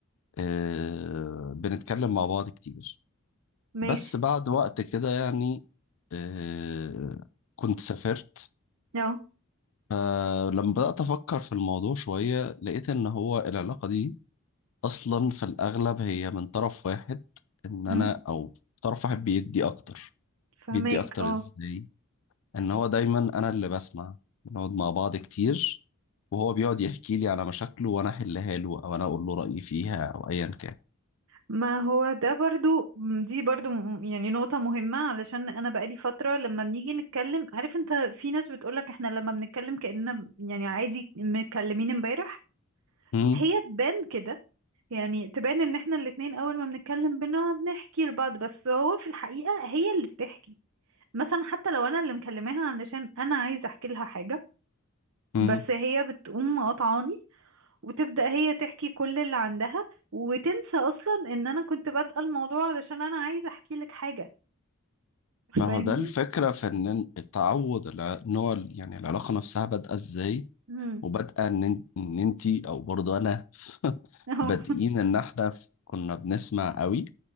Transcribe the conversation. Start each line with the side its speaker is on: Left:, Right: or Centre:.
Left: آه، بنتكلم مع بعض كتير
Right: ماشي
Left: بس بعد وقت كده يعني آه، كنت سافرت
Right: اه
Left: فلما بدأت أفكر في الموضوع شوية لقيت إن هو العلاقة دي اصلا في الاغلب هي من طرف واحد ان انا
Right: امم
Left: او طرف واحد بيدي اكتر
Right: فهماك
Left: بيدي اكتر
Right: اه
Left: ازاي ان هو دايما انا اللي بسمع بنقعد مع بعض كتير وهو بيقعد يحكي لي على مشاكله وانا احلها له او انا اقول له رايي فيها او ايا كان
Right: ما هو ده برضو دي برضو م- يعني نقطة مهمة علشان أنا بقالي فترة لما بنيجي نتكلم عارف أنت في ناس بتقولك إحنا لما بنتكلم كأننا ب- يعني عادي متكلمين امبارح
Left: مم.
Right: هي تبان كده يعني تبان إن إحنا الاتنين أول ما بنتكلم بنقعد نحكي لبعض بس هو في الحقيقة هي اللي بتحكي مثلا حتى لو أنا اللي مكلماها علشان أنا عايزة أحكي لها حاجة
Left: مم.
Right: بس هي بتقوم قاطعاني وتبدأ هي تحكي كل اللي عندها وتنسى أصلا إن أنا كنت بادئة الموضوع علشان أنا عايزة أحكي لك حاجة
Left: ما
Right: فاهمني؟
Left: هو ده الفكره في ان التعود الع- ان هو ال- يعني العلاقه نفسها بادئه ازاي
Right: مم.
Left: وبادئه ان إن- إن انتي او برضه انا <laughs>
Right: أهو.
Left: بادئين ان احنا كنا بنسمع قوي